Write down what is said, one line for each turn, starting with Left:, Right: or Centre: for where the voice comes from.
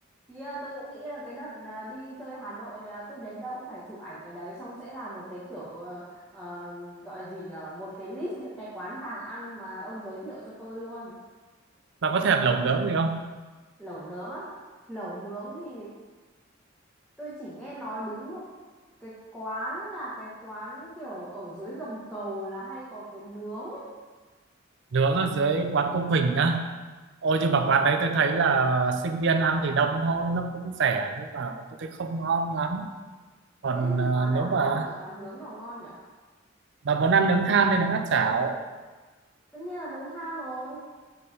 Centre: Yeah, tôi cũng nghĩ là cái đợt là đi chơi Hà Nội này là cứ đến đâu cũng phải chụp ảnh cái đấy xong sẽ làm một cái kiểu ờ, ờ, gọi gì nhở một cái list những cái quán hàng ăn mà ông giới thiệu cho tôi luôn
Right: Bà có thèm lẩu nướng gì không?
Centre: lẩu nướng á lẩu nướng thì tôi chỉ nghe nói đúng một cái quán là cái quán kiểu ở dưới gầm cầu là hay có cái nướng
Right: Nướng ở dưới quán cô Quỳnh á. Ôi nhưng mà quán đấy tôi thấy là sinh viên ăn thì đông thôi, nó cũng rẻ nhưng mà tôi thấy không ngon lắm. Còn
Centre: thế thì
Right: ờ,
Centre: quán nào
Right: nếu
Centre: ngon
Right: mà
Centre: nhở quán nướng nào ngon nhở
Right: bà muốn ăn nướng than thì nướng áp chảo.
Centre: tất nhiên là nướng than rồi